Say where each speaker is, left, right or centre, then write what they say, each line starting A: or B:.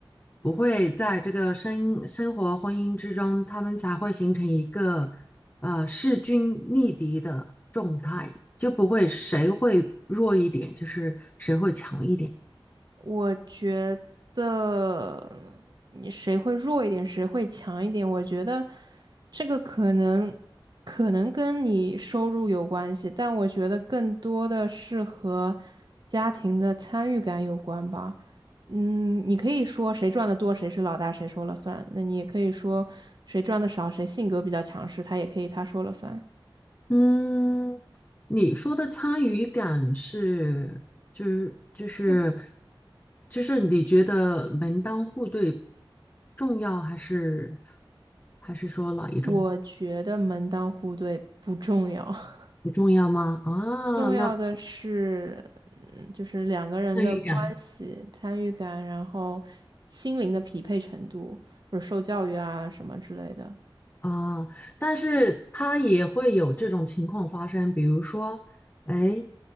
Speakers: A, on the left; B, on the right.
A: 不会在这个生生活婚姻之中，他们才会形成一个呃势均力敌的状态，就不会谁会弱一点，就是谁会强一点。
B: 我觉得你谁会弱一点，谁会强一点，我觉得这个可能可能跟你收入有关系，但我觉得更多的是和家庭的参与感有关吧。嗯，你可以说谁赚的多，谁是老大，谁说了算。那你也可以说谁赚的少，谁性格比较强势，他也可以他说了算。
A: 嗯，你说的参与感是，就是就是
B: 就
A: 就是你觉得门当户对重要还是还是说哪一种
B: 我觉得门当户对不重要。<laughs>
A: 不重要吗？啊，
B: 重要的是，
A: 那
B: 嗯，就是两个人的关系、
A: 参与感。
B: 参与感，然后心灵的匹配程度，或者受教育啊什么之类的。
A: 啊，但是他也会有这种情况发生，比如说，哎，